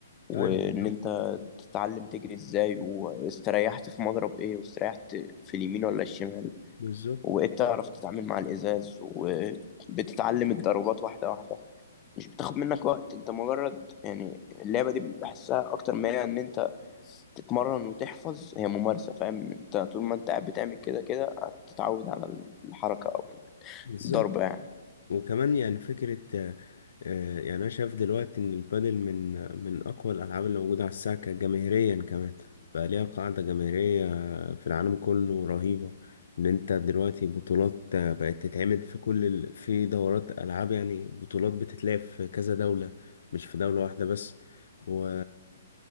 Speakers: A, on the left; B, on the left.
A: وان
B: ايوه بالظبط
A: انت تتعلم تجري ازاي واستريحت في مضرب ايه واستريحت في اليمين ولا الشمال
B: بالظبط
A: وبقيت تعرف تتعامل مع الازاز وبتتعلم الضربات واحده واحده مش بتاخد منك وقت انت مجرد يعني اللعبه دي بحسها اكتر ما هي ان انت تتمرن وتحفظ هي ممارسه فاهم انت طول ما انت قاعد بتعمل كده كده هتتعود على الحركه او
B: بالظبط
A: الضربه يعني
B: وكمان يعني فكرة آه، آه، يعني أنا شايف دلوقتي إن البادل من من أقوى الألعاب اللي موجودة على الساحة جماهيريا كمان بقى ليها قاعدة جماهيرية في العالم كله رهيبة إن أنت دلوقتي بطولات آه، بقت تتعمل في كل ال... في دورات ألعاب يعني بطولات بتتلعب في كذا دولة مش في دولة واحدة بس و